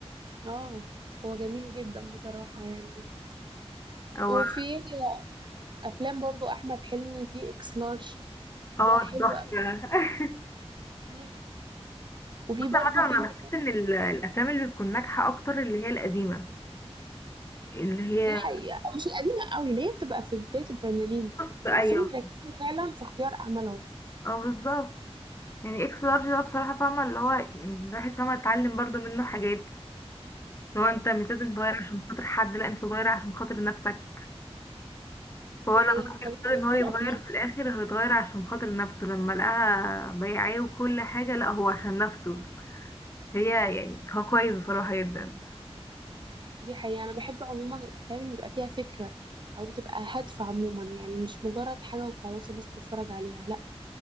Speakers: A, on the right; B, on the left.
A: اه هو جميل جدا بصراحة يعني
B: هو
A: وفي افلام برضو احمد حلمي في اكس لارج
B: اه
A: ده حلو
B: ده
A: قوي
B: تحفة
A: مم.
B: <laughs>
A: وفي
B: بص
A: برضو
B: عامة
A: فيلم
B: أنا بحس
A: تاني
B: إن ال- الأفلام اللي بتكون ناجحة أكتر اللي هي القديمة اللي هي
A: دي حقيقة مش القديمة قوي اللي هي بتبقى في بداية الفنانين
B: بص أيوه
A: بحسهم بيركزوا فعلا في اختيار أعمالهم
B: اه بالظبط يعني إكس لارج ده بصراحة فاهمة اللي هو الواحد فاهمة اتعلم برضو منه حاجات اللي هو أنت مش لازم تغير عشان خاطر حد لأ أنت تغير عشان خاطر نفسك فهو
A: دي
B: لما
A: حقيقة أنا كمان
B: يقرر
A: بحب
B: إن هو يتغير
A: الأفلام
B: في الآخر هيتغير عشان خاطر نفسه لما لقاها بياعاه وكل حاجة لأ هو عشان نفسه هي يعني هو كويس بصراحة جدا
A: دي حقيقة أنا بحب عموما الأفلام اللي يبقى فيها فكرة أو تبقى هادفة عموما يعني مش مجرد حاجة وخلاص الناس تتفرج عليها لأ